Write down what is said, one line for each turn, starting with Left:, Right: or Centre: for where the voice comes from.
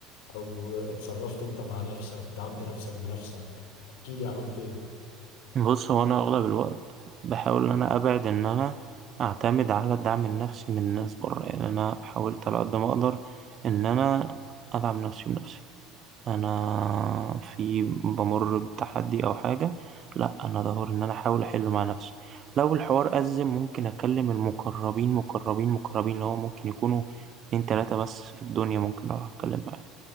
Left: او اتصرفت انت مع نفسك دعمت نفسك بنفسك احكي لي عملت ايه
Right: بص هو انا اغلب الوقت بحاول ان انا ابعد ان انا اعتمد على الدعم النفسي من الناس بره يعني انا حاولت على قد ما اقدر ان انا ادعم نفسي بنفسي انا في بمر بتحدي او حاجه لا انا ادور ان انا احاول احله مع نفسي لو الحوار ازم ممكن اكلم المقربين مقربين مقربين اللي هو ممكن يكونوا اتنين تلاته بس في الدنيا ممكن اروح اتكلم معاهم